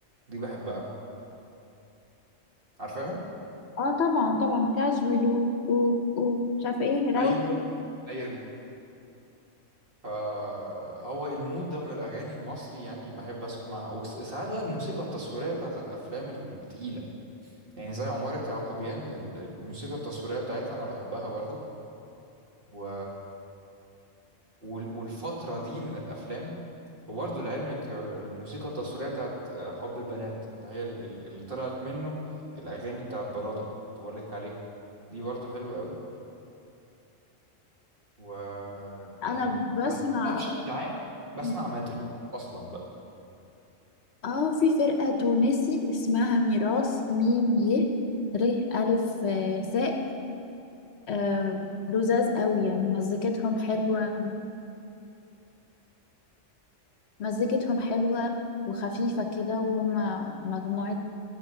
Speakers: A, on the right; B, on the left.
A: دي بحبها عارفاها؟
B: اه طبعا طبعا كاجوال و و- ومش عارفة ايه راوت
A: ايوه هي دي فهو المود ده من الاغاني المصري يعني بحب اسمعها وساعات بقى الموسيقى التصويريه بتاعت الافلام التقيله يعني زي عمارة يعقوبيان ال- الموسيقى التصويريه بتاعتها انا بحبها برضو و... وال- والفتره دي من الافلام وبرضو لعلمك الموسيقى التصويريه بتاعت حب البنات اللي هي ال- ال- اللي طلعت منه الاغاني بتاعت برادة كنت بقول لك عليها دي برضو حلوه قوي و
B: انا
A: تاني
B: بسمع
A: بس انا بشكل عام بسمع
B: أكتر-
A: ماتل اصلا بقى
B: اه في فرقة تونسي اسمها ميراث ميم ي ر ألف آه، ساء آه، لذاذ قوي يعني مزيكتهم حلوة
A: سي-
B: مزيكتهم حلوة وخفيفة كده وهم مجموعة